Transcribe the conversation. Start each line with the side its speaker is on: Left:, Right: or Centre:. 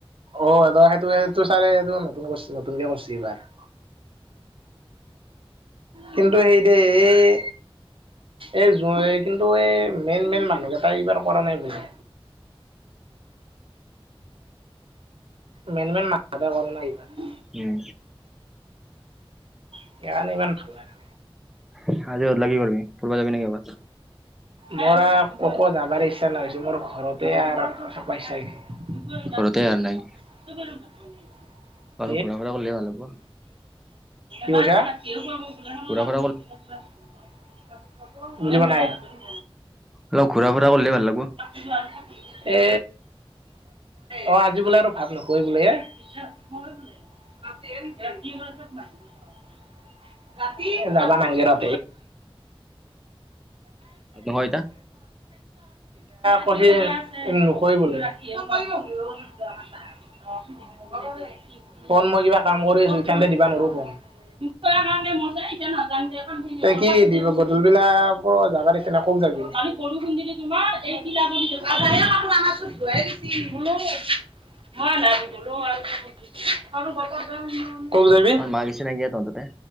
Right: অ আদা সেইটো সেইটো চাৰে এইটো নতুন কৰছি নতুনকে কৰছি এইবাৰ। কিন্তু, সেই দে, এই, এ, <unintelligible> কিন্তু এই, মেইন-মেইন মানুহকেইটা, এইবাৰ কৰা নাই বোলে। মেইন-মেইন <unintelligible>
Centre: উম।
Right: সেইকাৰণে, ইমান ভাল লাগে।
Centre: আজি <unintelligible> কৰিবি, ফুৰিব যাবি নি ক'ৰবাত?
Right: মোৰ আৰু ক'তো যাবৰ ইচ্ছা নহৈছে। মোৰ, ঘৰতে আৰু <unintelligible> <unintelligible> <unintelligible>
Centre: ঘৰতে আৰু নাই
Right: কি
Centre: অলপ ঘূৰা ফুৰা কৰিলে ভাল লাগব
Right: কৈছা? <unintelligible>
Centre: ঘূৰা ফুৰা অলপ অলপ, ঘূৰা-ফুৰা কৰিলে, ভাল লাগব।
Right: <unintelligible> এ, অ'! আজি বোলে আৰু ভাত নোখোৱাই বোলে, এ? <unintelligible> <unintelligible> <unintelligible> এতিয়া,
Centre: নহয় ইতা
Right: কৈছে যে নকৰিবলে। <unintelligible> ফোন মই কিবা, কাম কৰি আছোঁ। কাইলে দিব নোৱাৰোঁ ক'। <unintelligible> তেনে ক'ত যাবি? <unintelligible> <unintelligible> <unintelligible> ক'ত যাবি?
Centre: বাকী, চিনাকি <unintelligible>